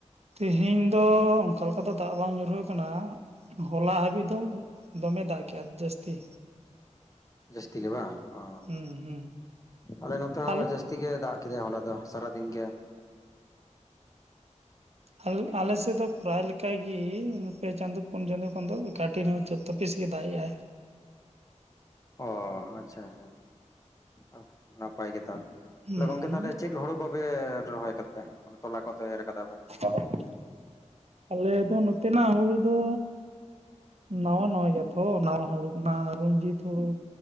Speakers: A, on the right; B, on the left.
A: ᱛᱮᱦᱮᱧ ᱫᱚ ᱚᱱᱠᱟ ᱞᱮᱠᱟ ᱫᱚ ᱫᱟᱜ ᱵᱟᱝ ᱧᱩᱨᱦᱟᱹᱣ ᱠᱟᱱᱟ। ᱦᱚᱞᱟ ᱦᱟᱹᱵᱤᱡ ᱫᱚ ᱫᱚᱢᱮ ᱫᱟᱜ ᱠᱮᱫᱼᱟᱭ, ᱡᱟᱹᱥᱛᱤ।
B: ᱡᱟᱹᱥᱛᱤ ᱜᱮ ᱵᱟᱝ ᱚ,
A: ᱦᱩᱸ ᱦᱩᱸ
B: ᱟᱞᱮ ᱱᱚᱛᱮ ᱦᱚᱸ
A: ᱟᱞ
B: ᱡᱟᱹᱥᱛᱤ ᱜᱮ ᱫᱟᱜ ᱠᱮᱫᱼᱟᱭ ᱦᱚᱞᱟ ᱫᱚ ᱥᱟᱨᱟᱫᱤᱱ ᱜᱮ।
A: ᱟᱞᱮ ᱟᱞᱮᱥᱮᱫ ᱫᱚ ᱯᱨᱟᱭ ᱞᱮᱠᱟ ᱜᱮ, ᱯᱮ ᱪᱟᱸᱫᱚ ᱯᱩᱱ ᱪᱟᱸᱫᱳ ᱠᱷᱚᱱ ᱫᱚ ᱠᱟᱹᱴᱤ ᱨᱮᱦᱚᱸ ᱡᱟᱯ ᱛᱚᱯᱤᱥ ᱜᱮ ᱫᱟᱜ ᱮᱜᱼᱟᱭ।
B: ᱚ ᱟᱪᱪᱷᱟ ᱟᱪᱪᱷᱟ, ᱟᱜ ᱱᱟᱯᱟᱭ ᱜᱮ ᱛᱟᱦᱚᱞᱮ
A: ᱦᱩᱸ
B: ᱾ ᱜᱚᱝᱠᱮ ᱛᱟᱦᱚᱞᱮ ᱪᱮᱫ ᱦᱩᱲᱩ ᱠᱚᱯᱮ ᱨᱚᱦᱚᱭ ᱫᱟᱯᱮ, ᱢᱟᱱᱮ ᱛᱚᱞᱟ ᱠᱚᱯᱮ ᱮᱨ ᱟᱠᱟᱫᱟ ᱯᱮ?
A: <unintelligible> ᱟᱞᱮ ᱫᱚ ᱱᱚᱛᱮᱱᱟᱜ ᱦᱩᱲᱩ ᱫᱚ, ᱱᱟᱣᱟ ᱱᱟᱣᱟ ᱜᱮᱭᱟ ᱛᱚ ᱱᱟᱣᱟ ᱦᱩᱲᱩ। ᱚᱱᱟ ᱨᱚᱱᱧᱡᱤᱛ ᱦᱩᱲᱩ,